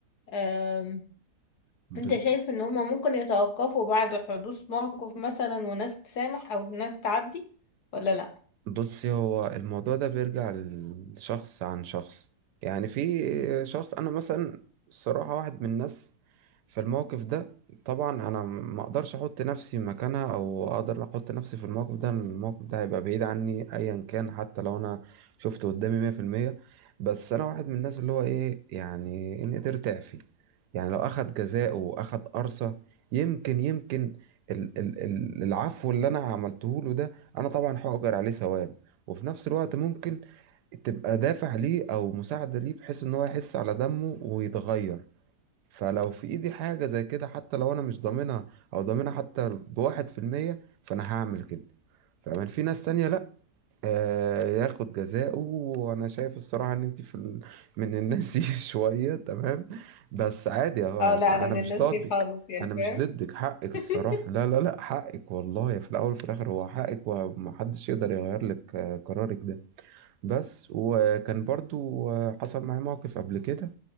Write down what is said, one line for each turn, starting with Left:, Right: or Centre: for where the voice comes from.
Left: أم...
Right: بالظبط.
Left: انت شايف ان هما ممكن يتوقفوا بعد حدوث موقف مثلا وناس تسامح او ناس تعدي ولا لا
Right: بصي هو الموضوع ده بيرجع لشخص عن شخص يعني في شخص انا مثلا الصراحة واحد من الناس في الموقف ده طبعا انا ما اقدرش احط نفسي مكانها او اقدر احط نفسي في الموقف ده لأن الموقف ده هيبقى بعيد عني ايا كان حتى لو انا شفته قدامي مية في المية بس انا واحد من الناس اللي هو ايه يعني ان قدرت اعفي يعني لو اخد جزاءه واخد قرصة يمكن يمكن ال- ال- ال- العفو اللي انا عملته له ده انا طبعا هأجر عليه ثواب وفي نفس الوقت ممكن تبقى دافع ليه او مساعدة ليه بحيث ان هو يحس على دمه ويتغير فلو في ايدي حاجة زي كده حتى لو انا مش ضامنها او ضامنها حتى بواحد في المية فانا هعمل كده فمن في ناس تانية لأ آه، ياخد جزاءه وانا شايف الصراحه ان انت في ال... من الناس دي <laughs> شويه تمام بس عادي اهو
Left: اه لا
Right: انا
Left: انا من
Right: مش
Left: الناس
Right: ضدك
Left: دي خالص يعني
Right: انا مش
Left: فاهم
Right: ضدك حقك
Left: <laughs>
Right: الصراحه لا لا لا حقك والله في الاول وفي الاخر هو حقك ومحدش يقدر يغير لك آه، قرارك ده بس وكان برضو آه، حصل معايا موقف قبل كده